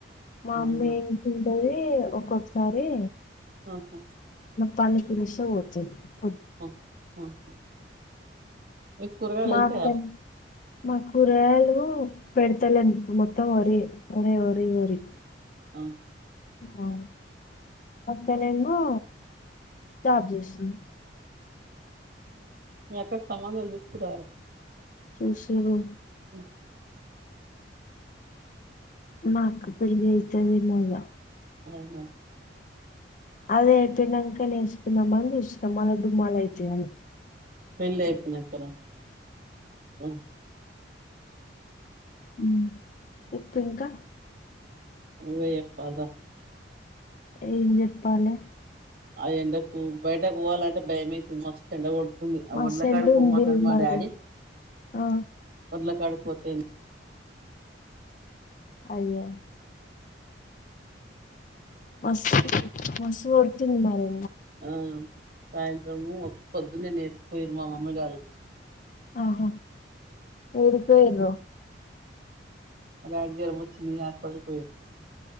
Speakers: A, on the left; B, on the right.
A: మా అమ్మేమ్
B: అవునా
A: సరె ఒక్కొక్కసారి
B: ఆహా
A: పన్నకి నిమిషం పోతుంది <unintelligible>
B: <inaudible> మీకు కూరగాయలు
A: మాక్కన్
B: వెళ్తాయా
A: మా కూరగాయాలు పెడతలేండి మొత్తం వరి ఒరే వరి వరి
B: ఆ.
A: హమ్ తనేమో జాబ్ చేస్తుంది
B: మీ అక్క సంబంధాలు చూస్తున్నారు
A: చూశిను
B: ఉమ్
A: మా అక్క పెళ్లయితే చలిమల్ల
B: అవునా
A: అదే అయితే కనక వేసుకుందామని చూస్తం మల డుమ్మాల అయితయ్ అని
B: పెళ్లి అయిపో నంక రా అ
A: మ్ ఇప్పుడు ఇంకా
B: నువ్వే చెప్పాల్రా
A: ఏం చెప్పాలె
B: ఆ ఎండకు బయటకు పోవాలంటే భయమైతుంది మ ఎండ కొడుతోంది తుంది
A: మా
B: ఉళ్లకాడికి
A: సెల్లు
B: పొమన్నడు
A: ఉంది
B: మా
A: మరి
B: డాడీ
A: ఆ
B: ద్దొడ్ల కాడికి పోతే
A: అయ్యో మస్తు మస్తు కొడుతుంది మరి
B: ఆ సాయంత్రము మో పొద్దున్నే నేర్పే మా మమ్మీ డాడీ
A: ఆహ ఊరికి పోయిన్రు
B: అగ జ్వరం వచ్చింది ఆ పలిపేర్